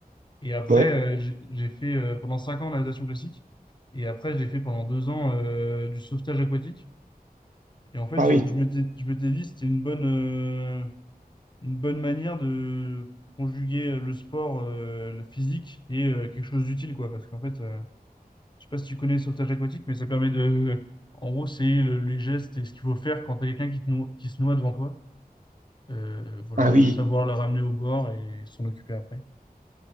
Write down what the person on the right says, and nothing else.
Ouais.
Ah
oui.
Ah oui.